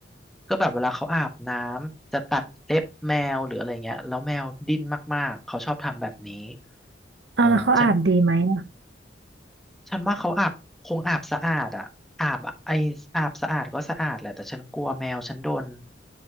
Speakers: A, in the centre; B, on the right.
A: ก็แบบเวลาเขาอาบน้ำจะตัดเล็บแมวหรืออะไรเงี้ยแล้วแมวดิ้นมากๆเขาชอบทำแบบนี้
B: เอาแล้วเขาอาบดีไหมอะ
A: เออฉันฉันว่าเขาอาบคงอาบสะอาดอ่ะอาบอะไออาบสะอาดก็สะอาดแหละแต่ฉันกลัวแมวฉันโดน